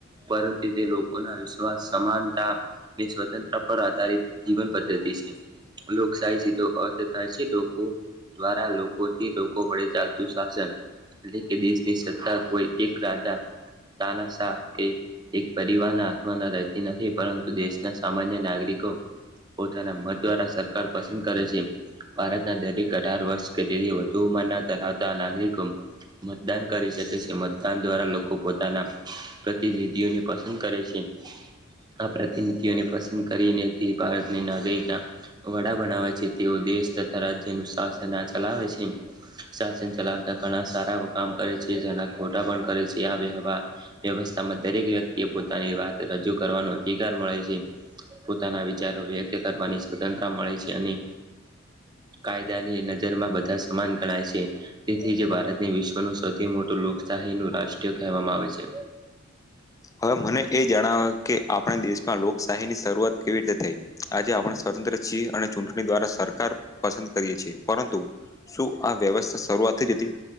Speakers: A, on the right; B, on the left.
A: પરંતુ તે લોકોના વિશ્વાસ સમાનતાની સ્વતંત્ર પર આધારિત જીવન પદ્ધતિ છે. લોકશાહી સીધો અર્થ થાય છે લોકો દ્વારા લોકોથી લોકો વડે ચાલ શાસન એટલે કે દેશની સત્તા કોઈ એક રાજ્ય તાનાશા કે એક પરિવારના હાથમાં રહેતી નથી પરંતુ દેશના સામાન્ય નાગરિકો પોતાના મત દ્વારા સરકાર પસંદ કરે છે. ભારતના દરેક અઢાર વર્ષ તેથી વધુ ઉંમરના તથા બધા નાગરિકો મતદાન કરી શકે છે. મતદાન દ્વારા લોકો પોતાના પ્રતિનિધિઓને પસંદ કરે છે. આ પ્રતિનિધિઓને પસંદ કરીને તે ભારતને નાગરિકના વડા બનાવે છે તેવો દેશ દેશ તથા રાજ્યનું શાસન આ ચલાવે છે. શાસન ચલાવતા ઘણા સારા એવા કામ કરે છે. જેના ખોટા પણ કરે છે આ વ્યવા વ્યવસ્થામાં દરેક વ્યક્તિએ પોતાની વાત રજૂ કરવાનો અધિકાર મળે છે. પોતાના વિચારો વ્યક્ત કરવાની સ્વતંત્રતા મળે છે. અને કાયદાની નજરમાં બધા સમાન ગણાય છે તેથી જ ભારતની વિશ્વ એનું સૌથી મોટું લોકશાહીનું રાષ્ટ્ર કહેવામાં આવે છે.
B: હવે મને એ જણાવે કે આપણે દેશમાં લોકશાહીની શરૂઆત કેવી રીતે થઈ આજે આપણે સ્તંત્ર છીએ અને ચૂંટણી દ્વારા સરકાર પસંદ કરીયે છે પરંતુ શું આ વ્યવસ્થા શરૂઆત થ જ હતી.